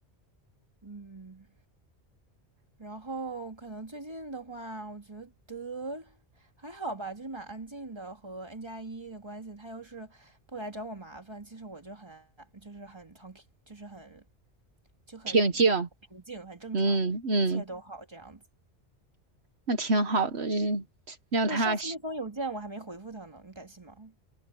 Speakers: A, on the right; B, on the right.
A: 嗯，然后可能最近的话，我觉得还好吧，就是蛮安静的，和 N 加一的关系，他要是不来找我麻烦，其实我就很就是很 t a 就是很就很平静，
B: 平静，
A: 很正常，
B: 嗯嗯，
A: 一切都好这样子。
B: 那挺好的，就是让他，
A: 对，上次那封邮件我还没回复他呢，你敢信吗？